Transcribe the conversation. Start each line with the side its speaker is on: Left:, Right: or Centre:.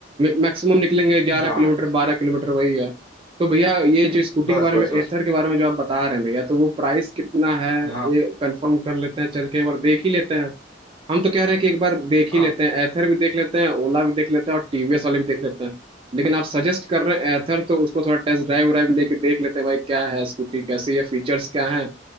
Right: मैक्सिमम निकलेंगे ग्यारह
Left: हाँ
Right: किलोमीटर बारह किलोमीटर वही है तो भैया ये जो स्कूटी
Left: बस
Right: के बारे
Left: बस
Right: में एथर
Left: बस
Right: के बारे में जो आप बता रहे हैं भैया तो वो प्राइस कितना है
Left: हाँ
Right: ये कंफर्म कर लेते हैं चल के एक बार देख ही लेते हैं हम तो कह रहे हैं कि एक बार देख ही
Left: हाँ
Right: लेते हैं एथर भी देख लेते हैं ओला भी देख लेते हैं और टीवीएस वाले भी देख लेते हैं लेकिन आप सजेस्ट कर रहे हैं एथर तो उसको थोड़ा टेस्ट ड्राइव वाइव लेके देख लेते हैं भाई क्या है स्कूटी कैसी है फीचर्स क्या है